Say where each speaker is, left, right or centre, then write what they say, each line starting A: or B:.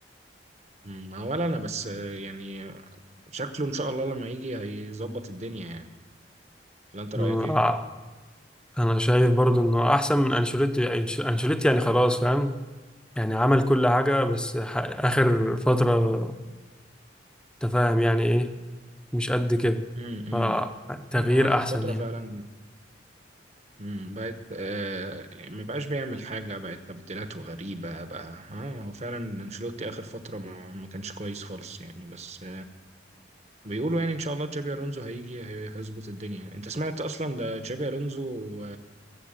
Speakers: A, on the right; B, in the centre.
A: مم، ولا انا بس آه، يعني شكله ان شاء الله لما يجي هيظبط الدنيا يعني ولا انت رايك
B: اه،
A: ايه
B: انا شايف برضو انه احسن من انشيلوتي انش- انشيلوتي يعني خلاص فاهم يعني عمل كل حاجة بس ح- آخر فترة انت فاهم يعني ايه مش قد كده
A: امم امم
B: فتغيير
A: هو مع اخر
B: احسن
A: فتره
B: يعني
A: فعلا امم بقت آه ما بقاش بيعمل حاجه بقت تبديلاته غريبه بقى اه هو فعلا انشيلوتي اخر فتره ما ما كانش كويس خالص يعني بس بيقولوا يعني ان شاء الله تشابي الونزو هيجي هي- هيظبط الدنيا يعني انت سمعت اصلا ده تشابي الونزو